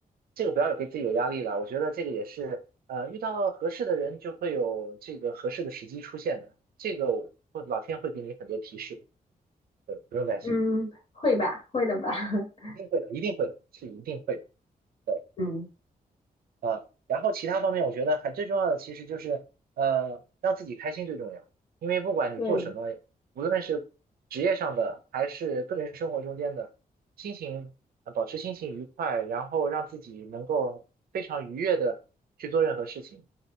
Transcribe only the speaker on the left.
嗯，会吧，会的吧。<laughs>
嗯，
对，